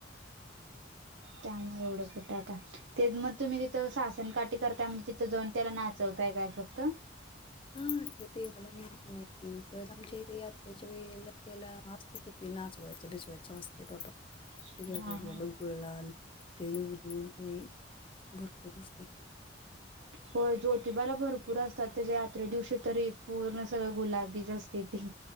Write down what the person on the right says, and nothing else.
त्यामुळे एवढं कुट आता ते मग तुम्ही तिथं सासण काठी करता म्ह तर जावुन त्या्ला नाचवताय काय फक्त
हा
हा
हो जोतिबाला भरपूर असतात त्याच्या यात्रे दिवशी तरी पूर्ण सगळं गुलाबीच असते ते